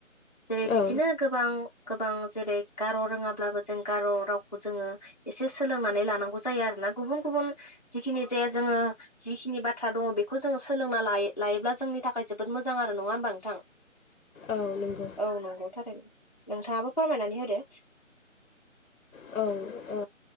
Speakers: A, on the left (about 30°); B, on the left (about 80°).
A: जेरै बिदिनो
B: औ
A: गोबां गोबां जेरै गार' रोङाब्लाबो जों गार' रावखौ जोङो एसे सोलोंनानै लानांगौ जायो आरो ना गुबुन गुबुन गुबुन जिखिनि जाया जोङो जिखिनि बाथ्रा दङ बेखौ जोङो सोलोंना लायोब्ला जोंनि थाखाय जों जोबोद मोजां आरो नङा होमबा नोंथां
B: औ नंगौ
A: औ नंगौ थारैनो नोंथाङाबो फोरमायनानै होदो
B: औ ओ